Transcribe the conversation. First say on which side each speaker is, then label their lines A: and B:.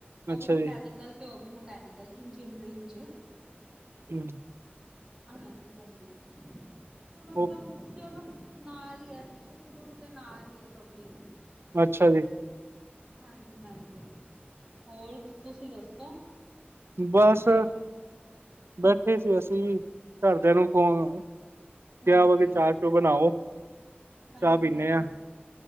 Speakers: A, on the right; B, on the right.
A: ਓਵੀ
B: ਅੱਛਾ
A: ਮਕੈਨਿਕ
B: ਜੀ,
A: ਤੇ ਉਹ ਵੀ ਮਕੈਨੀਕਲ ਇੰਜੀਨੀਅਰਿੰਗ ਚ
B: ਹਮ <inaudible>
A: ਹਾਂਜੀ, ਹਾਂਜੀ, ਤੇ ਮਤਲਬ
B: ਉਹ
A: ਚਲੋ ਨਾਲ ਈ ਐ ਸੁੱਖ-ਦੁੱਖ ਤੇ ਨਾਲ ਈ ਐ, ਸਭ ਦੇ
B: ਅੱਛਾ ਜੀ।
A: ਹਾਂਜੀ, ਹਾਂਜੀ, ਹੋਰ ਤੁਸੀਂ ਦੱਸੋ?
B: ਬਸ,
A: ਤੁਹਾਡੇ
B: ਬੈਠੇ ਸੀ ਅਸੀਂ ਵੀ, ਘਰਦਿਆਂ ਨੂੰ ਫੋਨ ਕਿਆ
A: ਹਾਂਜੀ
B: ਵਾ ਕੇ ਚਾਹ ਚੁ ਬਨਾਓ,
A: ਹਾਂਜੀ
B: ਚਾਹ ਪਿੰਨੇ
A: ਹਾਂਜੀ
B: ਆਂ।